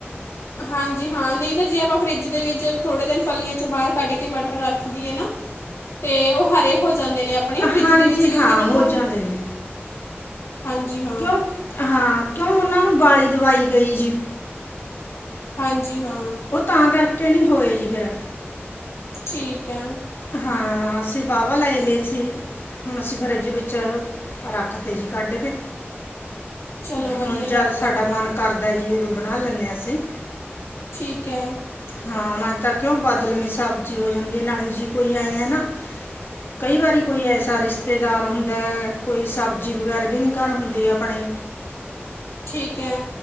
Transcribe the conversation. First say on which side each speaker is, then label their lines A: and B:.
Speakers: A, on the left; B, on the left.
A: ਹਾਂਜੀ ਹਾਂ, ਨਈ ਤਾਂ ਜੇ ਆਪਾਂ ਫਰਿੱਜ ਦੇ ਵਿੱਚ ਥੋੜੇ ਦਿਨ ਫਲੀਆਂ ਚੋਂ ਬਾਰ ਕਾੱਫ ਕੇ ਮਟਰ ਰਾੱਖਦੀਏ ਨਾ ਤੇ ਓ ਹਰੇ ਹੋ ਜਾਂਦੇ ਨੇ ਅਪਣੇ ਫਰਿੱਜ
B: ਹਾਂਜੀ
A: ਦੇ ਵਿੱਚ ਕਿਉਂਕਿ
B: ਹਾਂ
A: ਉਨਾਂ ਨੂੰ
B: ਹੋ ਜਾਂਦੇ ਨੇ
A: ਹਾਂਜੀ ਹਾਂ।
B: ਕਿਉਂ, ਹਾਂ, ਕਿਉਂ ਓਨਾਂ ਨੂੰ ਬਾਲੀ ਦਵਾਈ ਗਈ ਜੀ।
A: ਹਾਂਜੀ ਹਾਂ।
B: ਓ ਤਾਂ ਕਾਰਕੇ ਨੀ ਹੋਏ ਜੀ ਫੇਰ।
A: ਠੀਕ ਐ।
B: ਹਾਂ, ਅਸੀ ਵਾ-ਵਾ ਲੈ ਲਏ ਸੀ। ਹੁਣ ਅਸੀ ਫਰਿੱਜ ਵਿੱਚ ਰਾੱਖ ਤੇ ਜੀ ਕਾੱਡ ਕੇ।
A: ਚਲੋ ਵਧੀਆ
B: ਹੁਨ ਜੱਦ
A: ਗੱਲ
B: ਸਾਡਾ
A: ਹੈ
B: ਮਾੰਨ ਕਾਰਦੈ ਜੀ, ਓਦੋਂ ਬਨਾ ਲੈਨੇ ਆਂ ਅਸੀ
A: ਠੀਕ ਐ।
B: ਹਾਂ, ਨਾ ਤਾਂ ਕਿਉਂ ਬਾਦਲਮੀ ਸਬਜੀ ਹੋ ਜਾਂਦੀ ਏ, ਨਾਲੇ ਜੀ ਕੋਈ ਐਏਂ ਨਾ ਕਈ ਵਾਰੀ ਕੋਈ ਐਸਾ ਰਿਸ਼ਤੇਦਾਰ ਹੁੰਦੈ, ਕੋਈ ਸਬਜੀ ਵਗੈਰਾ ਵੀ ਨੀ ਘਾਰ ਹੁੰਦੀ ਅਪਣੇ
A: ਠੀਕ ਐ।